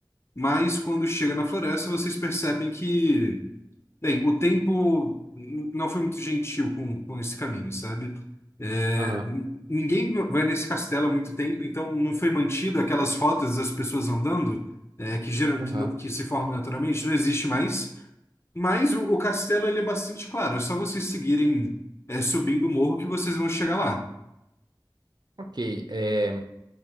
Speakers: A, on the left (about 30°); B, on the right (about 60°).
A: mas quando chega na floresta, vocês percebem que Bem, o tempo não foi muito gentil com, com esse caminho, sabe? É,
B: Aham,
A: n- ninguém vai nesse castelo há muito tempo, então não foi mantido aquelas rotas das pessoas andando, é, que, geram,
B: aham.
A: que, no- que se formam naturalmente, não existe mais. Mas o, o castelo ele é bastante claro, é só vocês seguirem, é, subindo o morro que vocês vão chegar lá.
B: Ok, é,